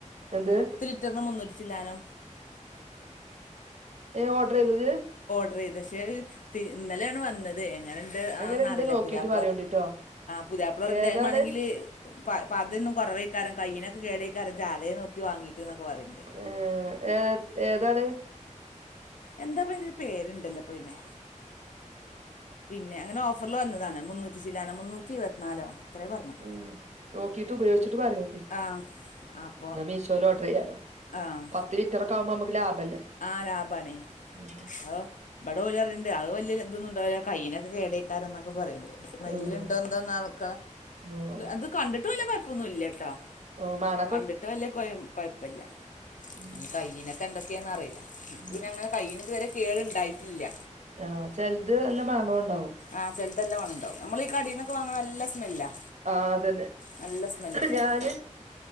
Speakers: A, on the right; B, on the left.
A: എന്ത്
B: ലിറ്ററിനു മുന്നൂറ്റിച്ചില്ലാനോ
A: ഏഹ് ഓർഡർ ചെയതോ ഇജ്ജ്
B: <unintelligible> ഇന്നലെയാണ് വന്നത് അങ്ങനുണ്ട്ന്ന
A: എങ്ങനെ ഇണ്ട്
B: അറിയില്ല
A: നോക്കിട്ട്
B: പുതിയാപ്ള
A: പറയോണ്ടിട്ടോ
B: പുതിയാപ്പിള പറിണ്ട്
A: ഏതാണ്
B: അത്‌ മാണെങ്കിൽ പതക്കെ കുറവേക്കാര കയിനക്കെ കേടക്കാര ചാതെ <unintelligible> പറിം
A: ഏഹ് ഏഹ് ഏതാണ്
B: എന്താപ്പ അയിന്റൊരു പേരുണ്ടല്ലോ പയിമേ പിന്നെ അങ്ങനെ ഓഫറിൽ വന്നതാണ് മുന്നൂറ്റി ചില്ലാനോ മുന്നൂറ്റി ഇരുപത്തിനാലോ അത്രേ പറഞ്ഞു
A: ഉം നോക്കിട്ട് ഉപയോഗിച്ചിട്ട് പറയോണ്ടീ
B: ആഹ് അപ്പൊ
A: എന്നാ മീഷോൽ ഓർഡർ ചെയ്യാലോ
B: ആഹ്
A: പത്ത് ലിറ്ററൊക്കെ ആവുമ്പോ നമുക്ക് ലാഭല്ലേ
B: ആഹ് ലാഭാണേ
A: ഉം
B: ആഹ് ഇവിടെ ഓലറീണ്ട് അത് വല്യ ഇതൊന്നുണ്ടാവില്ല കയ്യിനൊക്കെ കേടയ്ക്കാരം എന്നൊക്കെ പറയുണ്ട് സ്മെല്ല്ണ്ടോ
A: ഉം
B: എന്തോന്ന്ക്ക
A: ഉം
B: അത് കണ്ടിട്ട് വല്ല കൊഴപ്പൊന്നും ഇല്ലട്ടോ
A: ഓ മണ
B: കണ്ടിട്ട് വലിയ കൊഴ കൊഴപ്പല്ല
A: ഉം
B: ഇനി കൈയ്യിനൊക്കെ എന്തൊക്കെയാന്നറിയില്ല ഇൻക്ക്
A: ഉം
B: പിന്നെ അങ്ങനെ കയ്യിന്ന് ഇതു വരെ അങ്ങനെ കേട്ണ്ടായിട്ടില്ല
A: ആഹ് ചിലത് നല്ല മണോണ്ടാവും
B: ആഹ് ചെലതല്ല മണണ്ടാവും നമ്മള് ഈ കടീനൊക്കെ വാങ്ങണ നല്ല സ്മെല്ലാ
A: ആഹ് അതന്നെ
B: നല്ല സ്മെല്ലേ കാരണം
A: ഞാന്